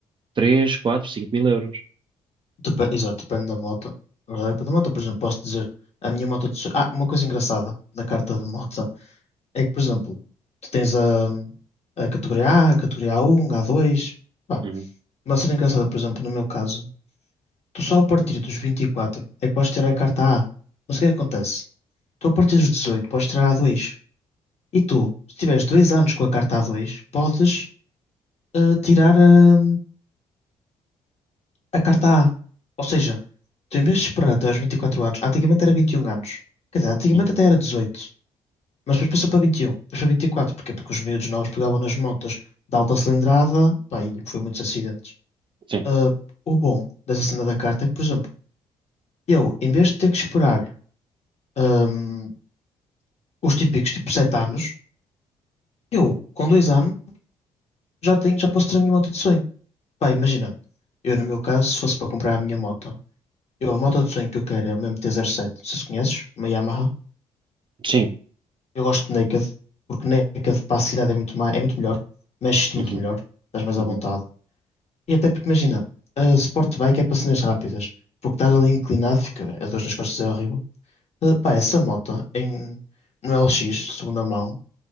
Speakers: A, on the right (about 35°); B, on the left (about 45°).
A: 3, 4, 5 mil euros.
B: Depe- Exato, depende da moto. Agora, Depende da moto, por exemplo, posso dizer a minha moto. de so- Ah, uma coisa engraçada na carta de moto é que, por exemplo, tu tens a, a categoria A, a categoria a um, a dois, Pá,
A: Uhum,
B: uma cena engraçada, por exemplo, no meu caso, tu só a partir dos 24, é que podes tirar a carta A. Mas o que é que acontece? Tu a partir dos 18, podes tirar a A2. E tu, se tiveres dois anos com a carta a dois, podes eh, tirar a. a carta A. Ou seja, tu em vez de esperar até aos 24 anos, antigamente era 21 anos. Quer dizer, antigamente
A: uhum.
B: até era 18, mas depois passou para 21, depois para 24. Porquê? Porque os miúdos novos pegavam nas motas de alta cilindrada, pá, e foi muitos acidentes.
A: Sim,
B: Ah, o bom dessa cena da carta é que, por exemplo, eu, em vez de ter que esperar ahm, os típicos tipo 7 anos, eu, com 2 anos, já tenho, já posso ter a minha moto de sonho. Pá, imagina, eu no meu caso, se fosse para comprar a minha moto, eu, a moto de sonho que eu quero é uma mt sete. se conheces, uma Yamaha.
A: sim,
B: Eu gosto de Naked, porque Naked para a cidade é muito, ma- é muito melhor, mexes-te
A: uhum,
B: muito melhor, estás mais à
A: uhum.
B: vontade. E até porque imagina, a Sport Bike é para cenas rápidas, porque estás ali inclinado, fica a dor nas costas é horrível. Uh, pá, essa moto em, no LX, segunda mão,